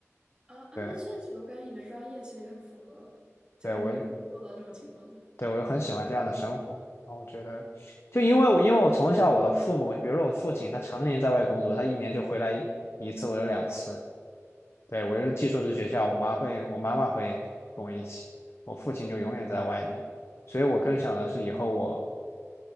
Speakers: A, on the right (about 15°); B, on the left (about 55°).
A: 啊啊，
B: 对，
A: 那确实，我感觉你的专业其实也很符合，就是你是可以做到这种情况的。
B: 对，我就。对，我就很喜欢这样的生活。然后我觉得，就因为我因为我从小我的父母，比如说我父亲，他常年在外工作，他一年就回来一一次或者两次。对，我就是寄宿制学校，我妈会，我妈妈会跟我一起，我父亲就永远在外面。所以我更想的是以后我，